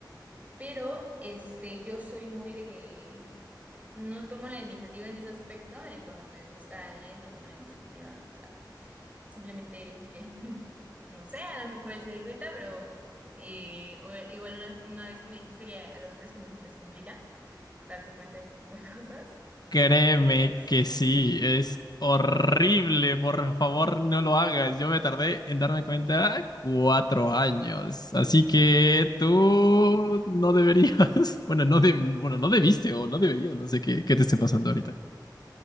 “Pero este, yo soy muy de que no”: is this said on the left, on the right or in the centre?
Right